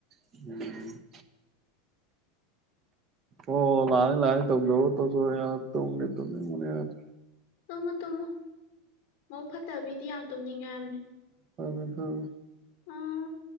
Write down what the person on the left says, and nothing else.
ꯇꯨꯝꯃꯨ ꯇꯨꯝꯃꯨ ꯃꯕꯨꯛ ꯐꯠꯇꯕ ꯃꯤꯗꯤ ꯌꯥꯝ ꯇꯨꯝꯅꯤꯡꯉꯦ ꯍꯥꯏꯕꯅꯦ
ꯎꯝ